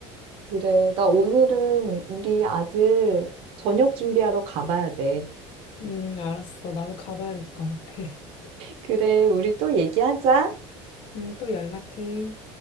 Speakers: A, on the right (about 45°); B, on the left (about 40°).
A: 그래, 나 오늘은 우리 아들 저녁 준비하러 가봐야 돼.
B: 음, 알았어. 나도 가봐야 될 것 같아. <laughs>
A: 그래, 우리 또 얘기하자.
B: 음, 또 연락해.